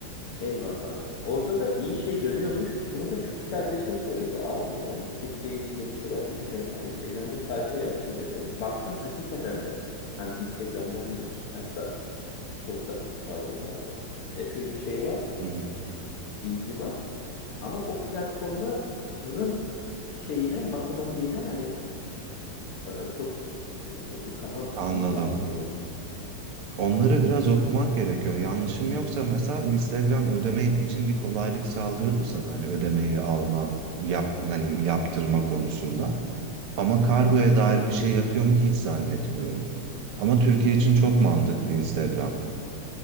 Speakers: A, on the left (about 85°); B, on the right (about 85°).
A: eyvallah abi. Orada da iyi şey dönüyormuş. Bunu da kız kardeşim söyledi. Abi dedi hani Türkiye içinde bir şeyler düşünüyorsan Instagram'da sayfayı açın dedi. Baktım hakikaten de hem Instagram'da hem de TikTok'ta TikTok'ta pardon abi. Epey bir şey var,
B: Hı hı.
A: ilgi var. Ama o platformların şeyine, matematiğine hani e, çok e, kafam
B: Anladım.
A: iyi basmıyor.
B: Onları biraz okumak gerekiyor. Yanlışım yoksa mesela Instagram ödeme için bir kolaylık sağlıyordu sana hani ödemeyi alma, yap, hani yaptırma konusunda. Ama
A: Hmm.
B: kargoya dair bir şey yapıyor mu hiç zannetmiyorum. Ama Türkiye için çok mantıklı Instagram.